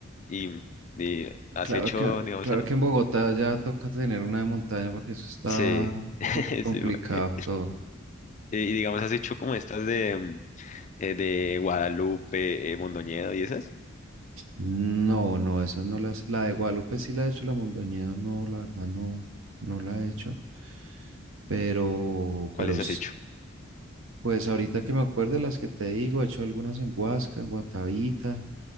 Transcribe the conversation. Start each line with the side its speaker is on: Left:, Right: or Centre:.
Left: Y, y has
Right: Claro
Left: hecho,
Right: que,
Left: digamos,
Right: claro
Left: al-
Right: que en Bogotá ya toca tener una de montaña porque eso está
Left: sí,
Right: un
Left: <laughs>
Right: poco complicado
Left: sí, porque-
Right: todo.
Left: y digamos, has hecho como estas de, mm, eh, de Guadalupe, eh, Mondoñedo y esas.
Right: No, no, esas no las. La de Guadalupe sí la he hecho, la Mondoñedo no, la verdad no, no la he hecho. Pero,
Left: ¿Cuáles
Right: pero s-
Left: has hecho?
Right: pues ahorita que me acuerde las que te digo, he hecho algunas en Huasca, en Guatavita,